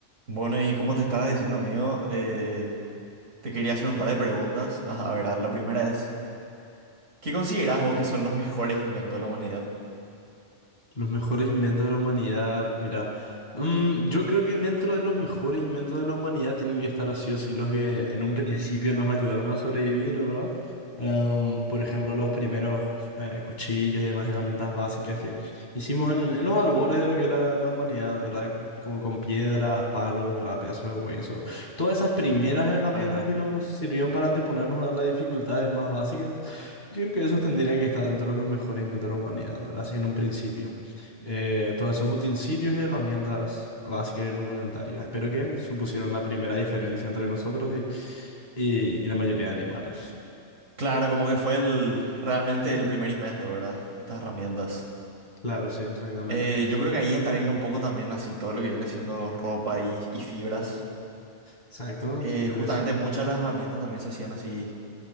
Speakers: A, on the right; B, on the left.
A: Bueno, y como te estaba diciendo, amigo, eh, te quería hacer un par de preguntas. A, a ver, la primera es, ¿qué considerás vos que son los mejores inventos de la humanidad?
B: Los mejores inventos de la humanidad. Mira, mm, yo creo que dentro de los mejores inventos de la humanidad tienen que estar así o sí los que en un principio nos ayudaron a sobrevivir, ¿verdad? Em, por ejemplo, los primeros eh, cuchillos y demás herramientas básicas que hicimos en, en los albores de lo que es la, la humanidad, ¿verdad? Como con piedras, palos, ¿verdad? Pedazos de hueso. Todas esas primeras herramientas
A: Claro.
B: que nos sirvieron para anteponernos a las dificultades más básicas. Yo creo que esos tendrían que estar dentro de los mejores inventos de la humanidad, ¿verdad? Así en un principio eh, todos esos utensilios y herramientas básicas y rudimentarias. Espero que supusieron la primera diferencia entre nosotros y, y- y la mayoría de animales.
A: Claro, como que fue el, realmente el primer invento, ¿verdad? Estas herramientas.
B: Claro, sí, exactamente.
A: Eh, yo creo que ahí entraría un poco también así todo lo que viene siendo ropa y, y fibras.
B: Exacto,
A: Eh,
B: yo creo
A: justamente
B: que sí.
A: muchas de las herramientas también se hacían así,